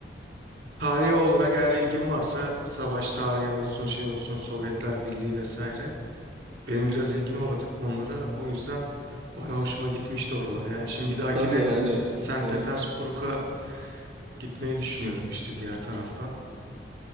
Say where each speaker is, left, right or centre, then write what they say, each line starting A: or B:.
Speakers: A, on the right (about 65°); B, on the right (about 35°).
A: Tarihe olarak eğer ilgim varsa savaş tarihi olsun, şey olsun, Sovyetler Birliği vesaire. Benim biraz ilgim var o tip konulara. O yüzden bayağı hoşuma gitmişti oralar. Yani şimdi bir dahakine
B: Tabii yani e-
A: St.
B: evet.
A: Petersburg'a gitmeyi düşünüyorum işte diğer taraftan.